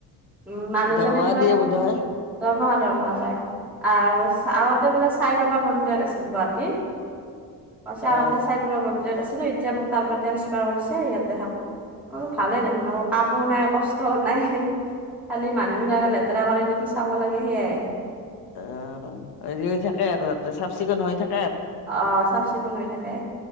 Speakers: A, in the centre; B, on the left.
A: উম মানুহজনে
B: দৰমাহ
A: বোলে
B: দিয়ে বোধ হয়
A: দৰমহা দৰমহা পায় আৰু আগতে বোলে চাই বাবা মন্দিৰত আছিল গুৱাহাটীৰ কৈছে
B: অ
A: আগতে চাই বাবা মন্দিৰত আছিলো এতিয়া মোক তাৰ পৰা ট্ৰেন্সফাৰ কৰিছে ইয়াতে থাক মইবুলো ভালেই দেখোন আকৌ কামো নাই, কষ্টও নাই খালি মানুহ বিলাকে লেতেৰা কৰে নেকি চাব লাগে সেয়াই
B: অ হেৰি হৈ থাকে আৰু চাফ-চিকুণ হৈ থাক
A: অ চাফ-চিকুণ হৈ থাকে